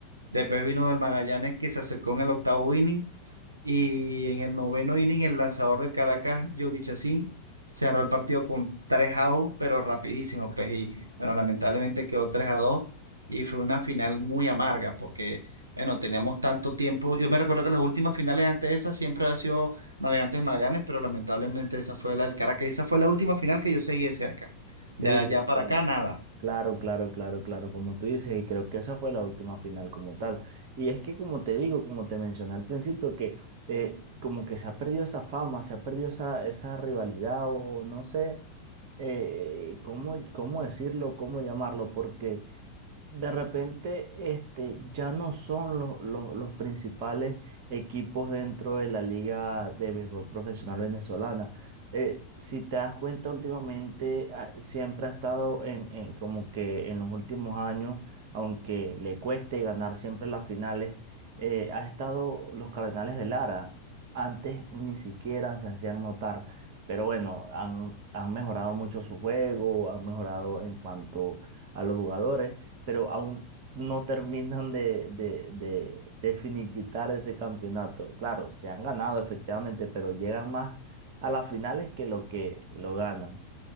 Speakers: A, on the right; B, on the right.
A: Después vino del Magallanes, que se acercó en el octavo inning y en el noveno inning, el lanzador del Caracas, Yuri Chacín, cerró el partido con tres a dos pero rapidísimo, pues. Y bueno, lamentablemente quedó tres a dos y fue una final muy amarga porque, bueno, teníamos tanto tiempo. Yo me recuerdo que las últimas finales antes de esa siempre había sido Navegantes del Magallanes, pero lamentablemente esa fue la del Caracas. Esa fue la última final que yo seguí de cerca. De
B: Sí,
A: allá
B: sí,
A: para
B: claro.
A: acá, nada.
B: Claro, claro, claro, claro, como tú dices, y creo que esa fue la última final como tal. Y es que como te digo, como te mencioné al principio, que eh, como que se ha perdido esa fama, se ha perdido esa, esa rivalidad o no sé eh, cómo, cómo decirlo, cómo llamarlo, porque de repente este, ya no son los, los, los principales equipos dentro de la Liga de Béisbol Profesional Venezolana eh, si te das cuenta últimamente, ah, siempre ha estado en, en como que en los últimos años, aunque le cueste ganar siempre las finales, eh, ha estado los Cardenales de Lara. Antes ni siquiera se hacían notar, pero bueno, han, han mejorado mucho su juego, han mejorado en cuanto a los jugadores, pero aún no terminan de, de, de, de finiquitar ese campeonato. Claro, se han ganado efectivamente, pero llegan más a las finales que lo que lo ganan.